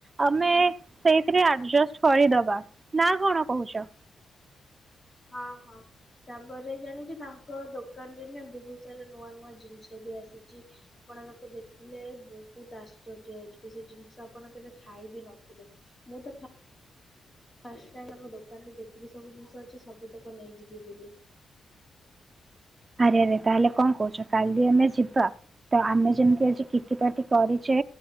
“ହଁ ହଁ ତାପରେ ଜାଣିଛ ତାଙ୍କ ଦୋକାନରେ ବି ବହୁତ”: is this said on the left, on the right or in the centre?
Left